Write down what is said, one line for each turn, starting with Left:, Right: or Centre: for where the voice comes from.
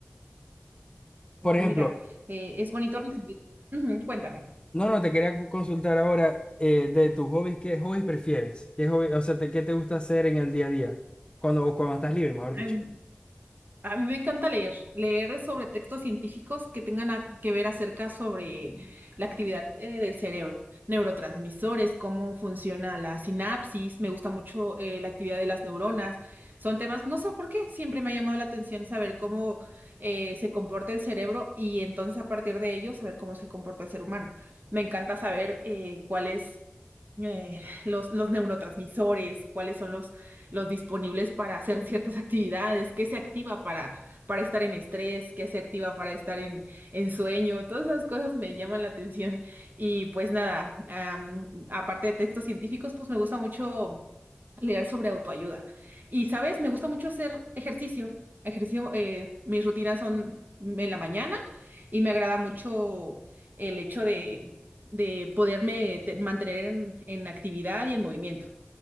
Right: Oh,
Left: Por ejemplo,
Right: mira, eh, es bonito recibir. <clears throat> Ujú, cuéntame.
Left: no, no, te quería consultar ahora eh, de tus hobbies, ¿qué hobbies prefieres? ¿Qué hobby, o sea, te- qué te gusta hacer en el día a día? Cuando, o cuando estás libre, mejor
Right: Ay,
Left: dicho.
Right: A mí me encanta leer, leer sobre textos científicos que tengan a- que ver acerca sobre la actividad eh, del cerebro, neurotransmisores, cómo funciona la sinapsis, me gusta mucho eh, la actividad de las neuronas. Son temas, no sé por qué, siempre me ha llamado la atención saber cómo eh, se comporta el cerebro y entonces a partir de ello saber cómo se comporta el ser humano. Me encanta saber eh, cuáles eh, los, los neurotransmisores, cuáles son los, los disponibles para hacer ciertas actividades, qué se activa para, para estar en estrés, qué se activa para estar en, en sueño, todas esas cosas me llaman la atención. Y pues nada, am, aparte de textos científicos, pues me gusta mucho leer sobre autoayuda. Y sabes, me gusta mucho hacer ejercicio. Ejercicio, eh, mis rutinas son en la mañana y me agrada mucho el hecho de de poderme te- mantener en, en actividad y en movimiento.